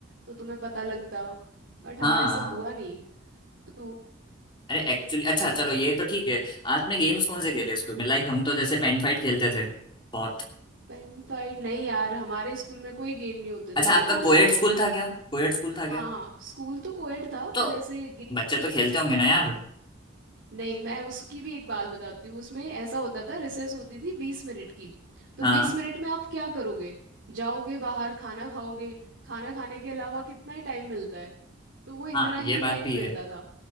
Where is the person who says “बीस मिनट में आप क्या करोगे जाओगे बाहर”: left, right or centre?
Right